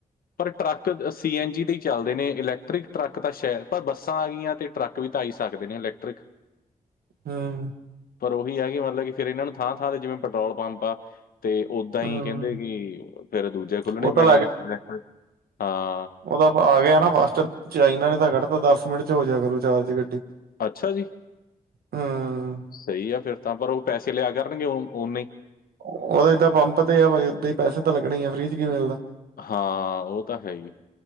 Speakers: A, on the left (about 70°); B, on the right (about 80°).
A: ਪਰ ਟਰੱਕ ਸੀ ਐਨ ਜੀ ਤੇ ਹੀ ਚੱਲਦੇ ਨੇਂ, ਇਲੈਕਟ੍ਰਿਕ ਟਰੱਕ ਤਾਂ ਸ਼ਹਿਰ ਪਰ ਬੱਸਾਂ ਆ ਗਈਆਂ ਤੇ ਟਰੱਕ ਵੀ ਤਾਂ ਆਈ ਸਕਦੇ ਨੇਂ ਇਲੈਕਟ੍ਰਿਕ।
B: ਹਂ
A: ਪਰ ਉਹੀ ਆ ਕਿ ਮਤਲਬ ਕਿ ਫੇਰ ਇਹਨਾਂ ਨੂੰ ਥਾਂ ਥਾਂ ਤੇ ਜਿਵੇਂ ਪੈਟਰੋਲ ਪੰਪ ਆ ਤੇ ਓਦਾਂ ਹੀ
B: ਹੂੰ
A: ਕਹਿੰਦੇ ਕਿ ਫੇਰ ਦੂਜੇ ਖੁੱਲਣੇ
B: ਉਹ
A: ਪੈਣੇ
B: ਤਾਂ
A: ਆ, ਇਲੇਕਟ੍ਰਿਕ। ਹਾਂ।
B: ਉਦਾ ਫ ਆ ਗਿਆ ਨਾਂ <unintelligible> ਚਾਈਨਾਂ ਨੇ ਤਾਂ ਕੱਢ ਤਾਂ ਦਸ ਮਿੰਟ ਚ ਹੋ ਜਿਆ ਕਰੂ ਚਾਰਜ ਗੱਡੀ।
A: ਅੱਛਾ ਜੀ!
B: ਹੂੰ
A: ਸਹੀ ਆ ਫਿਰ ਤਾਂ, ਪਰ ਉਹ ਪੈਸੇ ਲਿਆ ਕਰਨਗੇ, ਓਨੇ ਹੀ
B: ਉਹਦਾ ਏਦਾਂ ਪੰਪ ਤੇ ਆ, ਬ ਓਦਾਂ ਹੀ ਪੈਸੇ ਤਾਂ ਲੱਗਣੇ ਹੀ ਆ। ਫ੍ਰੀ'ਚ ਕੀ ਮਿਲਦਾ।
A: ਹਾਂ ਉਹ ਤਾਂ ਹੈ ਹੀ,